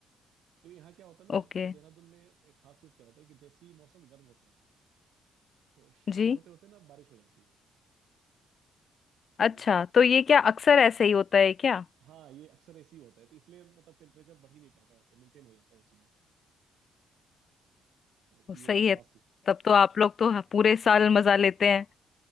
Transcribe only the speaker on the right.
तो यहाँ क्या होता है
ना देहरादून में एक खास चीज क्या होता है कि जैसे ही मौसम गर्म होता है तो शाम
होते होते ना बारिश हो जाती है
तो उस
हाँ
हाँ ये अक्सर ऐसे ही होता है तो इसलिए मतलब टेम्परेचर बढ़ ही नहीं पाता है मेंटेन हो जाता है वो चीज़ें तो
ये
एक
खास चीज
हाँ